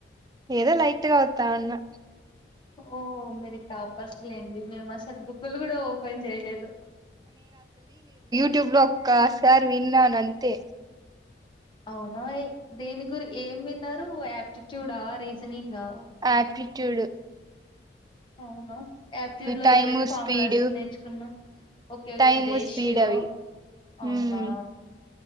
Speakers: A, on the right; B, on the left.
A: ఏదో లైట్గా వత్తా అన్నా
B: ఓ మేది టాపర్స్ లేండి మేము అసలు బుక్కులు కూడా ఓపెన్ జేయలేదు
A: యూట్యూబ్ల ఒకసారి విన్నాను అంతే
B: అవునా ఏ దేని గురి ఏం విన్నారు ఆప్టిట్యూడా రీజనింగ్ ఆ
A: ఆప్టిట్యూడు
B: అవునా యాప్టిూ లో
A: టైము
B: ఏమేమి ఫార్ములా
A: స్పీడ్
B: నేర్చుకున్నాం okay okay
A: time
B: ratio
A: speed అవి
B: అవునా
A: ఉమ్